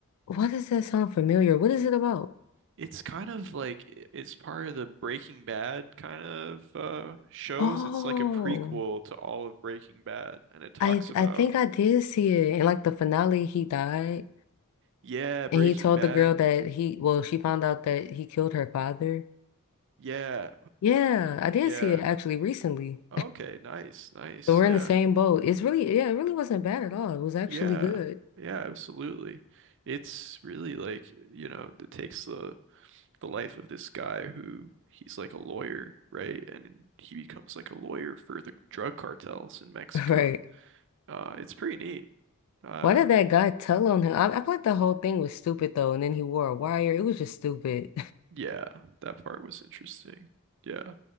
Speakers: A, on the left; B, on the right.
A: Why does that sound familiar? What is it about?
B: It's kind of like i- it's part of the Breaking Bad kind of uh shows.
A: Oh,
B: It's like a prequel to all of Breaking Bad and it talks
A: I
B: about
A: I think I did see it. In like the finale, he died,
B: yeah, Breaking
A: and he told
B: Bad.
A: the girl that he, well, she found out that he killed her father.
B: Yeah.
A: Yeah, I did
B: Yeah.
A: see it actually recently.
B: Okay, nice, nice.
A: So we're
B: Yeah.
A: in the same boat. It's really, yeah, it really wasn't bad at all. It was actually
B: Yeah.
A: good.
B: Yeah, absolutely. It's really like, you know, it takes the the life of this guy who he's like a lawyer, right? And he becomes like a lawyer for the drug cartels in Mexico.
A: <laughs> Right.
B: Uh, it's pretty neat. Uh,
A: Why did that guy tell on him? I, I feel like the whole thing was stupid though, and then he wore a wire. It was just stupid.
B: yeah, that part was interesting. Yeah.